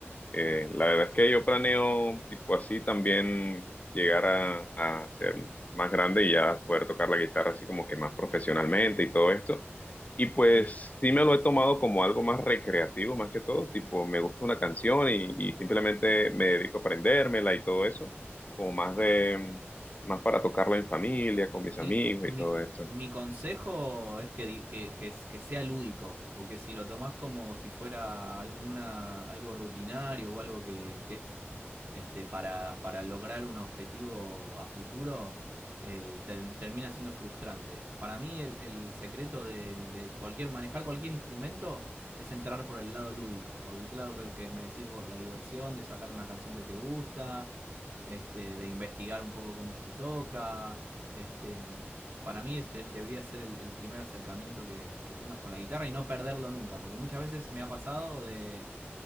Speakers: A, on the left (about 35°); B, on the right (about 55°).
A: Eh, la verdad es que yo planeo, tipo así, también llegar a, a ser más grande y ya poder tocar la guitarra así como que más profesionalmente y todo esto. Y pues
B: Mm.
A: sí me lo he tomado como algo más recreativo, más que todo, tipo me gusta una canción y, y simplemente me dedico a aprendérmela y todo eso, como más de, más para tocarlo en familia,
B: Y,
A: con
B: y-
A: mis
B: y
A: amigos
B: mi,
A: y todo esto.
B: mi consejo es que, di- que, que s- que sea lúdico, porque si lo tomás como si fuera alguna, algo rutinario o algo que, que es este, para, para lograr un objetivo a futuro, eh, ter- termina siendo frustrante. Para mí el, el secreto de, de cualquier, manejar cualquier instrumento es entrar por el lado lúdico, por el lado que, que me decís vos, la diversión de sacar una canción que te gusta, este, de investigar un poco cómo se toca este, para mí este debería ser el, el primer acercamiento que, que, tengas con la guitarra y no perderlo nunca, porque muchas veces me ha pasado de,